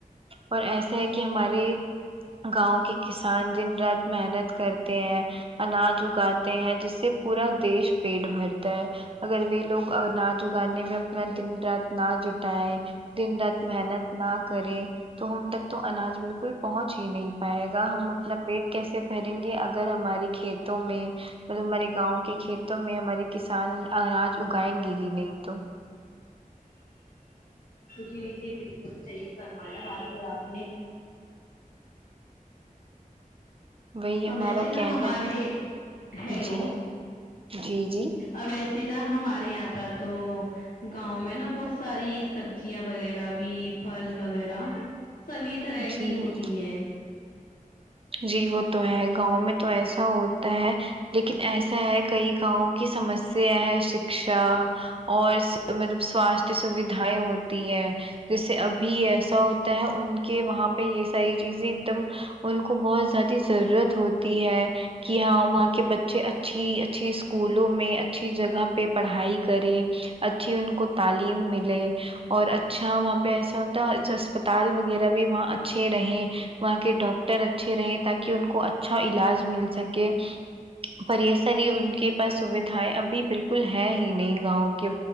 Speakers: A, on the right; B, on the left.
A: اور ایسا ہے کہ ہمارے گاؤں کے کسان دن رات محنت کرتے ہیں اناج اگاتے ہیں جس سے پورا دیش پیٹ بھرتا ہے اگر وے لوگ اناچ اگانے میں اپنا دن رات نا جٹائے دن رات محنت نہ کرے تو ہم تک تو اناج بالکل پہنچ ہی نہیں پائے گا ہم اپنا پیٹ کیسے بھریں گے اگر ہماری کھیتوں میں مطلب ہمارے گاؤں کے کھیتوں میں ہمارے کسان اناج اگائیں گے ہی نہیں تو
B: جی جی بالکل صحیح فرمایا باجی آپ نے
A: وہی ہمارا
B: ا ب ویسے
A: کہنا
B: نا ہمارے
A: ہے
B: ہیلو
A: جی جی جی
B: اب ایسے نا ہمارے یہاں پر تو گاؤں میں نا بہت ساری سبجیاں وغیرہ بھی پھل وغیرہ سبھی طرح
A: جی
B: کی ہوتی ہیں
A: جی وہ تو ہے گاؤں میں تو ایسا ہوتا ہے لیکن ایسا ہے کئی گاؤں کی سمسیا ہے شکشا اور مطلب س سواستھ سویداحیں ہوتی ہے جیسے ابھی ایسا ہوتا ہے ان کے وہاں پہ یہ ساری چیزیں ایک دم ان کو بہت زیادی ضرورت ہوتی ہے کہ ہاں وہاں کے بچے اچھی اچھی اسکولوں میں اچھی جگہ پہ پڑھائی کریں اچھی ان کو تعلیم ملے اور اچھا وہاں پہ ایسا ہوتا اسپتال وغیرہ بھی وہاں اچھے رہے وہاں کے ڈاکٹر اچھے رہے تاکہ ان کو اچھا علاج مل سکے پر یہ ساری ان کے پاس سویدھائیں ابھی بالکل ہے ہی نہیں گاؤں کے